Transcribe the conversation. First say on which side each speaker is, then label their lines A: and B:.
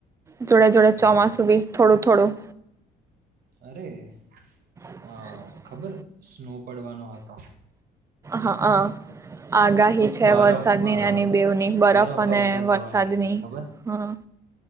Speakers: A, on the right (about 15°); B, on the right (about 60°).
A: જોડે જોડે
B: હમ
A: ચોમાસું બી થોડુંક. થોડું
B: અરે.
A: હ.
B: અ ખબર સ્નો પડવાનો હતો.
A: હા, આગાહી છે
B: બરફ
A: વરસાદનીને
B: બરફ
A: એની બેવની બરફ અને
B: વર્ષા
A: વરસાદની
B: થવાની હતી ખબર
A: હા.